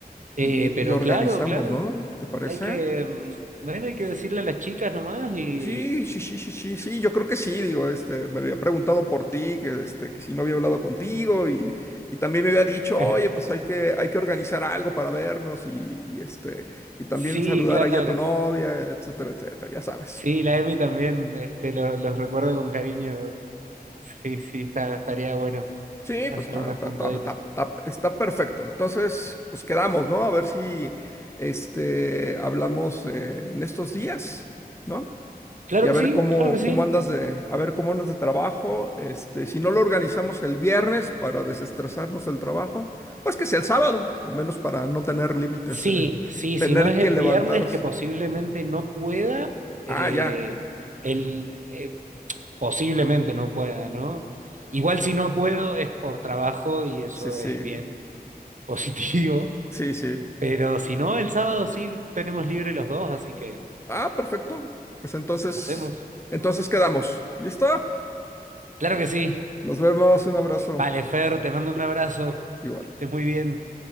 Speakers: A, on the right (about 50°); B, on the left (about 15°).
A: Eh,
B: y,
A: pero
B: y organizamos,
A: claro, claro,
B: ¿no? ¿Te parece?
A: hay que, mm, bueno, hay que decirle a las chicas nomás y...
B: Sí, sí, sí, sí, sí, sí, yo creo que sí, digo, este, me había preguntado por ti, que, este, que si no había hablado contigo y, y también me había dicho,
A: <laughs>
B: oye, pues hay que, hay que organizar algo para vernos y, y, este, y también
A: Sí,
B: saludar
A: claro.
B: ahí a tu novia, etcétera, etcétera, ya sabes.
A: Sí, la Emi también, este, lo- los recuerdo con cariño. Sí, sí, está, estaría bueno
B: Sí,
A: hacer
B: pues está,
A: una
B: está,
A: juntadita.
B: está- está- está- está perfecto. Entonces, pues quedamos, ¿no? A ver si este hablamos eh, en estos días, ¿no?
A: Claro
B: Y a
A: que
B: ver
A: sí,
B: cómo,
A: claro que sí.
B: cómo andas de, a ver cómo andas de trabajo. Este, si no lo organizamos el viernes para desestresarnos del trabajo, pues que sea el sábado, al menos para no tener límites
A: Sí,
B: de
A: sí,
B: tener
A: si no es
B: que
A: el
B: levantarse.
A: viernes que posiblemente no pueda,
B: Ah,
A: eh,
B: ya.
A: el, eh, posiblemente no pueda, ¿no? Igual si no puedo es por trabajo y eso
B: Sí, sí.
A: es bien, <laughs> positivo.
B: Sí, sí.
A: Pero si no, el sábado sí tenemos libre los dos, así que
B: Ah, perfecto. Pues entonces,
A: hacemos.
B: entonces quedamos. ¿Listo?
A: Claro que sí.
B: Nos vemos, un abrazo.
A: Vale, Fer, te mando un abrazo.
B: Igual.
A: Que estés muy bien.